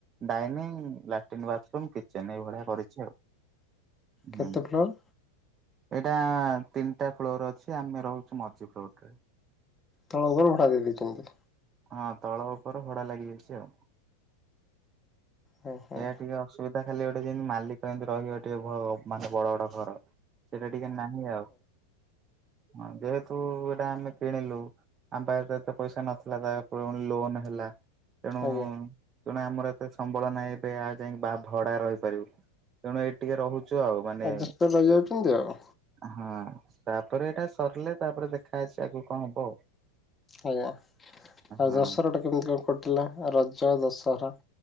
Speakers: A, on the right; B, on the left.
A: ଡାଇନିଂ ଲାଟ୍ରନ୍ ବାଥରୁମ କିଚେନ୍ ଏଇଭଳିଆ କରିଛି ଆଉ।
B: କେତେକ
A: ହୁଁ।
B: ଫ୍ଲୋର?
A: ଏଇଟା ତିନୀଟା ଫ୍ଲୋର ଅଛି ଆମେ ରହୁଛୁ ମଝି ଫ୍ଲୋର ଟାରେ।
B: ତଳ ଙ୍ଘର ଭଡା ଦେଇି ଦେଇଚନ୍ତି?
A: ହଁ ତଳ ଉପର ଭଡା ଲାଗି ଯାଇଛି ଆଉ।
B: ହଁ ହଁ
A: ଏଇଆ ଟିକେ ଅସୁବିଧା ଖାଲି ଗୋଟେ ଯେମତି ମାଲିକ ଯେମିତି ରହିବ ଟିକେ ଭ ମାନେ ବଡ ବଡ ଘର। ସେଟା ଟିକେ ନାହିଁ ଆଉ ହ ଯେହେତୁ ଏଟା ଆମେ କିଣିଲୁ ଆମ ପାଖରେ ତ ଏତେ ପଇସା ନଥିଲା ତା ପୁଣି ଲୋନ୍ ହେଲା ତେଣୁ
B: ଆଜ୍ଞା
A: ତେଣୁ ଆମର ଏତେ ସମ୍ବଳ ନାହିଁ। ଯାଇକି ବା ଭଡା ରହିପାରିବୁ। ତେଣୁ ଏଇଟି ଟିକେ ରହୁ ଚୁ ଆଉ। ମାନେ
B: ଆଡଜଷ୍ଟ କରି ରହିଯାଉଛନ୍ତି ଆଉ
A: ହଁ। ତାପରେ ଏଇଟା ସରିଲେ ତାପରେ ଦେଖା ଅଛି ଆଗକୁ କଣ ହବ ଆଉ।
B: ଆଜ୍ଞା। ଆଉ
A: ହଁ
B: ଦଶରା ଟେ କେମିତି କଣ କଟିଥିଲା? ରଜ, ଦଶହରା